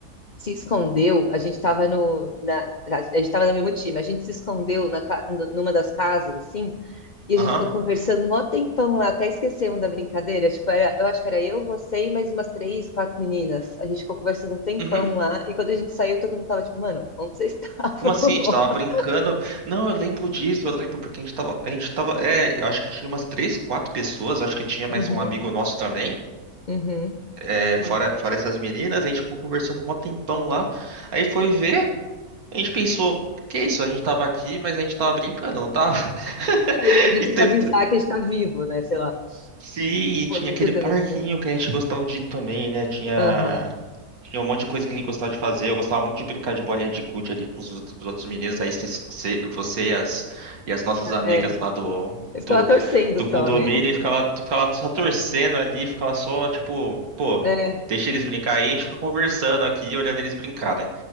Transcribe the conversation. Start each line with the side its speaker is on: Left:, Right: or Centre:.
Left: se escondeu, a gente estava no, na, a gente estava no mesmo time, a gente se escondeu na, ca- numa das casas, assim, e a
Right: Aham.
Left: gente ficou conversando um maior tempão lá, até esquecemos da brincadeira, tipo, era, eu acho que era eu, você e mais umas três, quatro meninas, a gente ficou conversando um tempão
Right: Uhum.
Left: lá, e quando a gente saiu, todo mundo tava tipo, mano, onde vocês estavam?
Right: Como assim?
Left: <laughs>
Right: A gente tava brincando. Não, eu lembro disso, eu lembro porque a gente tava. A gente tava. É, eu acho que tinha umas três, quatro pessoas, eu acho que tinha mais
Left: Uhum,
Right: um amigo nosso também.
Left: uhum.
Right: É,
Left: Sim.
Right: fora, fora essas meninas, a gente ficou conversando mó tempão lá. Aí foi ver, a gente pensou, que isso? A gente tava aqui, mas a gente tava brincando, não tava? <laughs>
Left: Aí A gente
Right: E
Left: tem
Right: teve.
Left: que avisar que a gente tá vivo, né, sei lá.
Right: Sim, e tinha
Left: Pô, muito
Right: aquele
Left: doido.
Right: parquinho que a gente gostava de ir também, né? Tinha,
Left: Aham,
Right: tinha um monte de coisa que a gente gostava de fazer. Eu gostava muito de brincar de bolinha de gude ali com os, outros os outros meninos. Aí vocês- você, você e as, e as nossas amigas
Left: é.
Right: lá do,
Left: Eu ficava
Right: do,
Left: torcendo
Right: do
Left: só,
Right: condomínio
Left: né?
Right: e ficava, ficava só torcendo ali, ficava só, tipo, pô,
Left: É.
Right: deixa eles brincar aí, a gente fica conversando aqui, olhando eles brincar, né?